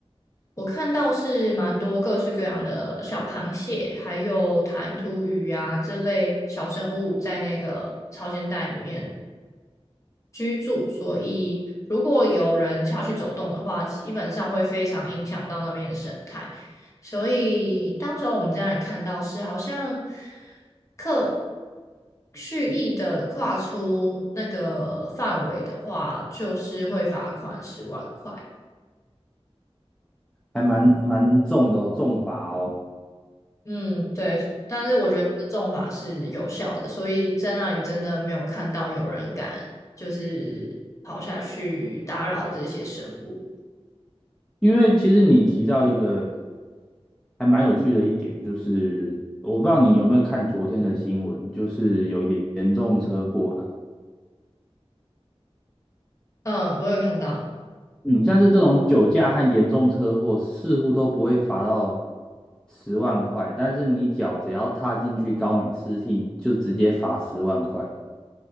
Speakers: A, on the left (about 30°); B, in the centre.
A: 我看到是蛮多各式各样的小螃蟹，还有弹涂鱼啊这类小生物在那个潮间带里面居住，所以如果有人下去走动的话，基本上会非常影响到那边的生态。所以当时候我们在那里看到是好像刻蓄意的跨出那个范围的话，就是会罚款十万块。
B: 还蛮蛮重的哦，重罚哦，
A: 嗯，对，但是我觉得这个重罚是有效的，所以在那里真的没有看到有人敢就是跑下去打扰这些生物。
B: 因为其实你提到一个。还蛮有趣的一点就是，我不知道你有没有看昨天的新闻，就是有严严重车祸啦。
A: 嗯，我有看到。
B: 嗯，像是这种酒驾和严重车祸，似乎都不会罚到十万块，但是你脚只要踏进去高美湿地，就直接罚十万块。